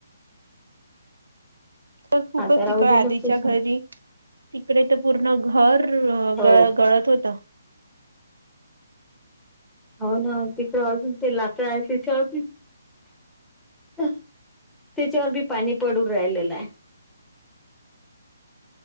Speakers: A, on the right; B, in the centre.
A: तर खूपच
B: आता राहू
A: तिकळ
B: दिलं
A: आधीच्या
B: पुस
A: घरी तिकडे तर पूर्ण घरं
B: हो
A: गळ गळत होत
B: हो ना तिकडं अजून ते <unintelligible> त्याच्यावर बी पाणी पडून राहिलेलंय